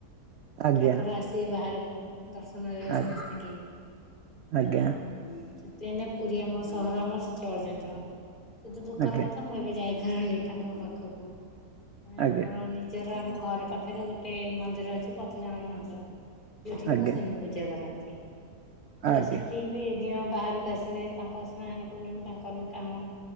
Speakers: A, on the right; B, on the left.
A: ଆଜ୍ଞା
B: ଠାକୁର ଆସିବେ ବାହାରକୁ। ଦର୍ଶନ ମିଳିବ
A: ଆଜ୍ଞା
B: ସମସ୍ତଙ୍କି ତ
A: ଆଜ୍ଞା
B: ସେଥିପାଇଁ ପୁରୀ ଆମର ସହର ଆମର ଚଳଚଞ୍ଚଳ କିନ୍ତୁ ଦୁଃଖର
A: ଆଜ୍ଞା
B: କଥା ମୁଁ ଏବେ ଯାଇପାରୁନି ତାଙ୍କ ପାଖକୁ। ଆମର
A: ଆଜ୍ଞା
B: ନିଜର ଆମ ଘର ପାଖରେ ଗୋଟେ ମନ୍ଦିର ଅଛି ପତିତପାବନ ମନ୍ଦିର। ଯୋଉଠିକି
A: ଆଜ୍ଞା
B: ମୋ ସ୍ୱାମୀ ପୂଜା କରନ୍ତି ତ
A: ଆଜ୍ଞା
B: ସେଠି ବି ଦିଅଁ ବାହାରକୁ ଆସିବେ ତାଙ୍କ ସ୍ନାହାନ ପୂର୍ଣ୍ଣମୀ ତାଙ୍କର ବି କାମ